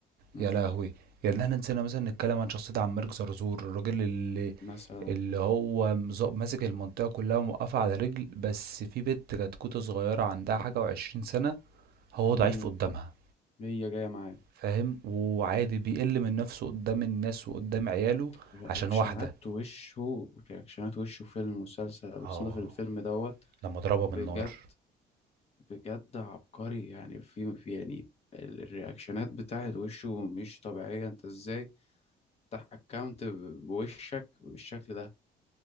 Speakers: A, on the left; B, on the right.
A: مم.
B: يا لهوي! يعني إحنا نسينا مثلًا نتكلّم عن شخصية عبد الملك زرزور، الراجل اللي
A: مثلا
B: اللي هو مز ماسك المنطقة كلّها وموقّفها على رجل، بس في بنت كتكوتة صغيّرة عندها حاجة و20 سَنة، هو
A: مم.
B: ضعيف قدّامها.
A: هي جاية معايا
B: فاهم؟ وعادي بيقل من نفسه قدام الناس وقدام عياله
A: رياكشنات
B: عشان واحدة
A: وشه رياكشنات وشه في المسلسل اسمه
B: اه
A: ده في الفيلم دوت
B: لما ضربها بالنار
A: بجد بجد عبقري يعني في في- يعني ال- الرياكشنات بتاعت وشه مش طبيعية انت ازاي تفتح اكونت بوشك بالشكل ده